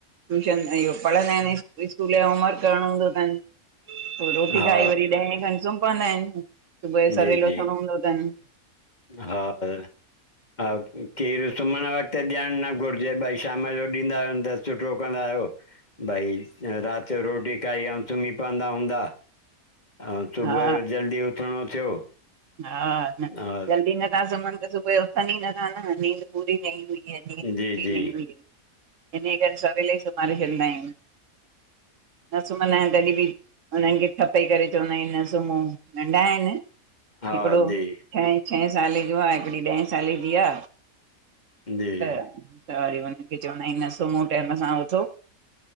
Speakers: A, on the right (about 65°); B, on the left (about 30°).
A: ट्यूशन इहो पढ़ंदा आहिनि, स्कूल जो होमवर्क करणो हूंदो तनि पो रोटी
B: हा
A: खाई वरी ॾहें खनि सुम् पवंदा आहिनि, सुबुह जो सवेल
B: जी जी
A: उथणो हूंदो तनि।
B: हा पर, हा खीरु सुम्हणु वक़्तु ॾियणु न घुरिजे, भाई शाम जो ॾींदा आहियोन त सुठो कंदा आहियो। भाई, राति जो रोटी खाई आऊं सुम्ही पवंदा हूंदा। आऊं सुबुह
A: हा
B: जो जल्दी उथिणो थियो
A: हा न,
B: हा
A: जल्दी नथा सुम्हनि त सुबुह जो उथनि ई नथा न, नींद पूरी न ईंदी किअं नींद
B: जी
A: पूरी
B: जी
A: न ईंदी। इन करे सवेल ई सुमाड़े छॾिंदा आहियुन। न सुम्हंदा आहिन तॾी ॿी हुन्हनि खे थप्पे करे चवंदा आहियूं न सुम्हों, नंढा आहिनि।
B: हा
A: हिकिड़ो
B: जी
A: छहें-छहें साले जो आ, हिकिड़ी ॾहें साले जी आ।
B: जी
A: त त वरी हुनखे चवंदा आहियूं न सुम्हो टाइम सां उथो।